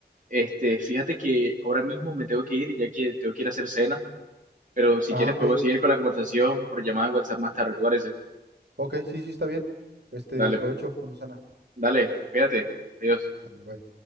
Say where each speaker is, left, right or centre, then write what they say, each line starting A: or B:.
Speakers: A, on the right (about 50°); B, on the right (about 75°).
A: Este, fíjate que ahora mismo me tengo que ir, ya que tengo que ir a hacer cena, pero si
B: Ah,
A: quieres
B: ok,
A: podemos seguir con la conversación por llamada de WhatsApp más tarde, ¿te parece?
B: ok, sí, sí, está bien. Este,
A: Dale,
B: provecho
A: pe-
B: cuando sana.
A: dale, cuídate. Adiós.
B: Sale, bye.